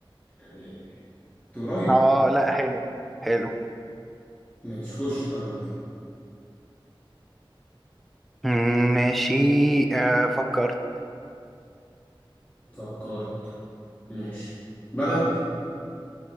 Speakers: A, on the left (about 15°); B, in the centre.
A: يعني انت قريب
B: اه لا حلو حلو
A: ماشي خش طب انت
B: مم، ماشي آه فكرت
A: فكرت ماشي بلد